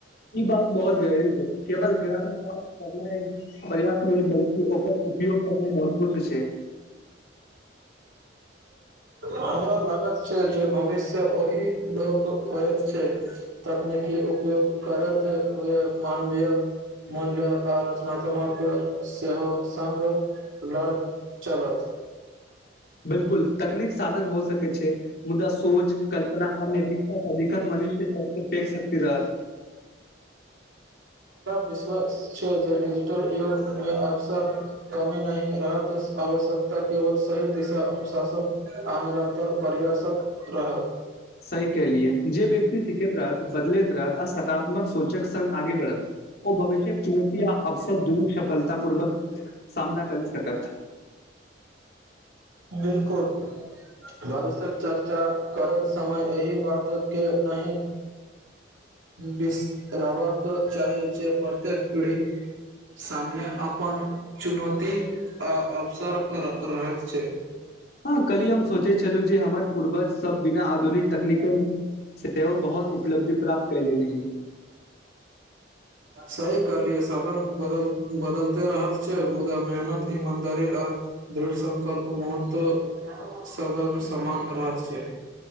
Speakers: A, on the left; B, on the right.
A: ई बात बहुत गहरी छै। केवल ग्राम प्राप्त करना ह! पर्याप्त नहि, बलकि उपयोग करने महत्वपूर्ण छै।
B: हमरा लागत छै, जे भविष्य ओहि लोक होय छै। तकनीकी उपयोग करैत हुए, मानवीय मूल्य आ रचनात्मक सेहो सङ्ग लड़ चलत।
A: बिलकुल तकनीक साधन हो सकै छै। मुदा सोच कल्पना आ नैतिकता सदिखन मनुष्य सबसँ फक सकती रह।
B: विशास छै जे डिजिटल युग मे अवसर कमी नहि रहत आवश्यकता केवल सही दिशा अनुशासन आ निरन्तर पर्यासक। रहत।
A: सी कलियए जे व्यक्ति सीखैत रहत बदलैत रहत आ सकारात्मक सोचक कण आगे बढ़त। ओ भविष्य चुनौत आ अप। स दुन सफलता पूर्वक सामना करी सकत।
B: बिलकुल, भविष्य्यक चर्चा करैत, समय एहि बात के नहि! बिस रहबाक चाही, जे प्रत्येक पीढ़ी सामने अपन चुनौती आ अवसर रहैत छै।
A: हँ कली हम सोचे छलहु, जे हमर पूर्वज सब बिना आधुनिक तकनीकल से से ओ बहुत। उपलब्ध प्राप्त क लैली।
B: सही कलि साधन बदलते रहैत छै मुदा मेहनत ईमानदारी आ दृढ़ सङकल्प महत्व सदनमे समान रहत छै।